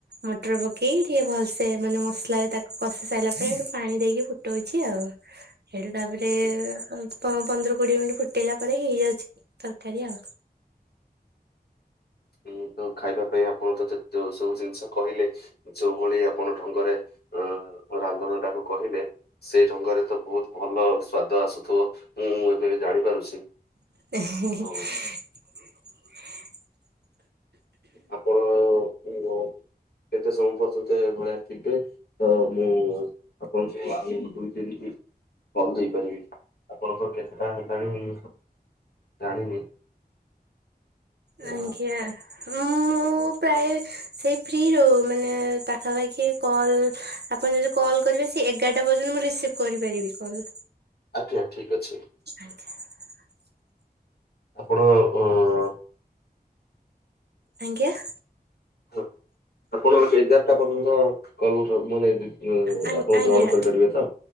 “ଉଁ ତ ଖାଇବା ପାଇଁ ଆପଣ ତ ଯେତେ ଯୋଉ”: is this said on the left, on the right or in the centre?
Left